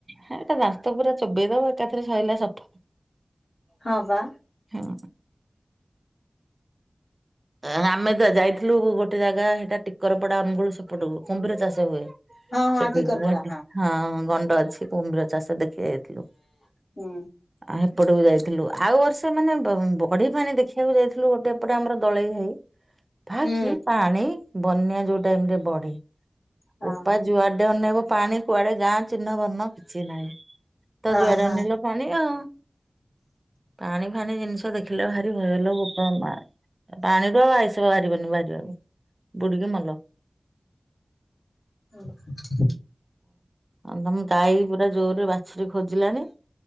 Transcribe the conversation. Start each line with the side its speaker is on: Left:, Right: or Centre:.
Right: ହଁ ଏଟା ଦାନ୍ତ ପୁରା ଚୋବେଇ ଦବ ଏକାଥରେ ସରିଲା ସଫ।
Left: ହଁ ପା।
Right: ହଁ! ଆ ଆମେ ତ ଯାଇଥିଲୁ ଗୋଟେ ଜାଗା ସେଟା ଟିକରପଡା ଅନୁଗୁଳ ସେପଟକୁ କୁମ୍ଭୀର ଚାଷ ହୁଏ।
Left: ହଁ ହଁ
Right: ସେଠିଠ
Left: ଟିକର
Right: <unintelligible>
Left: ପଡା
Right: ହଁ ଗଣ୍ଡ ଅଛି କୁମ୍ଭୀର ଚାଷ ଦେ <unintelligible>
Left: ହୁଁ
Right: ଆ ଏପଟକୁ ଯାଇଥିଲୁ ଆଉ ବର୍ଷେ ମାନେ ବ ବଢି ପାଣି ଦେଖିବାକୁ ଯାଇଥିଲୁ ଗୋଟେ ଏପଟେ ଆମର ଦଳେଇ ହୋଇ ଭା
Left: ହୁଁ
Right: କି ପାଣି ବନ୍ୟା ଯୋଉ ଟାଇମରେ ବଢେ।
Left: ହଁ
Right: ଉପା
Left: ହଁ।
Right: ଯୁଆଡେ ଅନେଇବ ପାଣି କୁଆଡେ ଗାଁ ଚିହ୍ନବର୍ଣ୍ଣ କିଛି ନାହିଁ ତ
Left: ହଁ
Right: ଯୁଆଡେ
Left: ହଁ
Right: ଅନେଲ ପାଣି ଆଉ। ପାଣି ଫାନି ଜିନିଷ ଦେଖିଲେ ଭାରି ଭୟ ଲୋ ବୋପା ମା ପାଣିର ଆଇସ୍ ବାହାରିବନି ବାହାରିବାକୁ ବୁଡିକି ମଲ।
Left: <unintelligible>
Right: ହଉ ତମ ଗାଈ ପୁରା ଜୋରରେ ବାଛୁରି ଖୋଜିଲାନି।